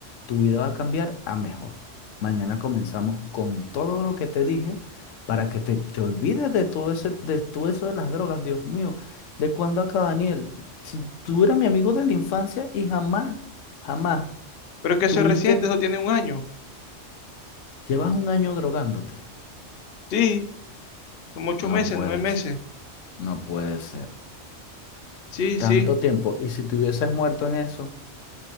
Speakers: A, on the left; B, on the left.
A: tu vida va a cambiar a mejor. Mañana comenzamos con todo lo que te dije para que te, te olvides de todo ese, de todo eso de las drogas. Dios mío, ¿de cuándo acá, Daniel? Si tú eras mi amigo de la infancia y jamás, jamás
B: Pero es que eso
A: tuviste,
B: es reciente, eso tiene un año.
A: llevas un año drogándote.
B: Sí, como ocho
A: No
B: meses,
A: puedes,
B: nueve meses.
A: no puede ser.
B: Sí, sí.
A: Tanto tiempo. Y si te hubieses muerto en eso,